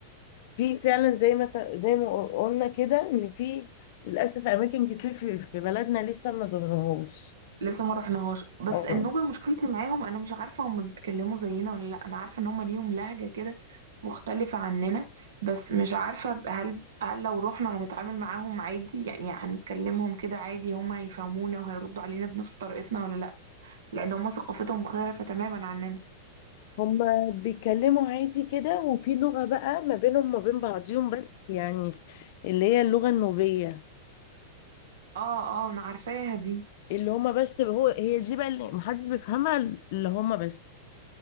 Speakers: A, on the left; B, on the right.
A: في فعلا زي ما ت- زي ما قلنا كده ان في للاسف اماكن كتير في في بلدنا لسه ما ظهرهوش
B: لسه ما رحناهاش بس
A: اه
B: النوبة مشكلتي معاهم انا مش عارفة هم بيتكلموا زينا ولا لا انا عارفة ان هم ليهم لهجة كده مختلفة عننا بس مش عارفة هل هل لو رحنا هنتعامل معاهم عادي يعني هنتكلمهم كده عادي هم هيفهمونا وهيردوا علينا بنفس طريقتنا ولا لا لان هم ثقافتهم مختلفة تماما عننا
A: هما بيتكلموا عادي كده وفي لغة بقى ما بينهم وما بين بعضيهم بس يعني اللي هي اللغة النوبية
B: اه اه انا عارفاها دي
A: اللي هما بس هو هي دي بقى اللي محدش بيفهمها اللي هما بس